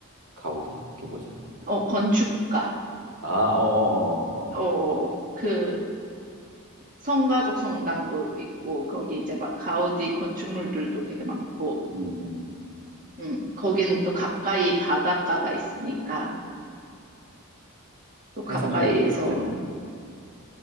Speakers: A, on the right (about 70°); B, on the right (about 35°).
A: 가우디? 그게 뭐지?
B: 어, 건축가.
A: 아, 어어어어.
B: 어, 그 성가족 성당도 있고, 거기 이제 막 가우디 건축물들도 되게 많고,
A: 음, 음.
B: 음, 거기는 또 가까이 바닷가가 있으니까 또 가까이서
A: 해산물 먹기 좋겠네.